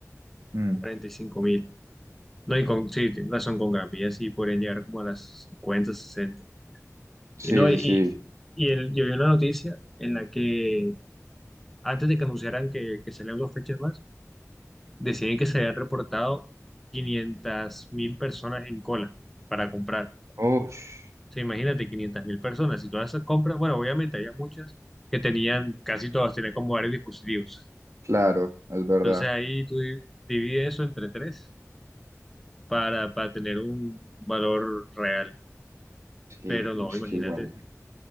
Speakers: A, on the right; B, in the centre.
A: Mm,
B: 45 mil, no, y con, sí, tienes razón, con Gambia sí podrían llegar como a las 50 60
A: Sí,
B: y no, y,
A: sí.
B: y el, yo vi una noticia en la que antes de que anunciaran que, que salían dos fechas más, decían que se habían reportado 500 mil personas en cola para comprar.
A: Ush,
B: sea, imagínate 500 mil personas y todas esas compras, bueno, obviamente había muchas que tenían, casi todas tenían como varios dispositivos.
A: claro, es verdad.
B: Entonces ahí tú di- divides eso entre tres para, para tener un valor real.
A: Sí,
B: Pero no,
A: es
B: imagínate,
A: que igual,